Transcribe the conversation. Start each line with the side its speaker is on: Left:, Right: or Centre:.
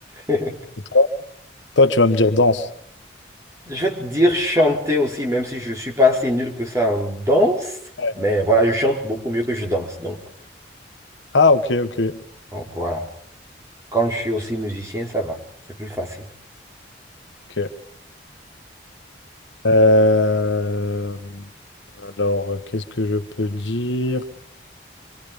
Right: <laughs>
Left: Et toi, toi, tu vas me dire danse.
Right: Je vais te dire chanter aussi, même si je suis pas assez nul que ça en danse.
Left: Ouais.
Right: Mais voilà, je chante beaucoup mieux que je danse. Donc,
Left: Ah, ok, ok,
Right: donc voilà. Quand je suis aussi musicien, ça va. C'est plus facile.
Left: ok. Euh, Alors, qu'est-ce que je peux dire?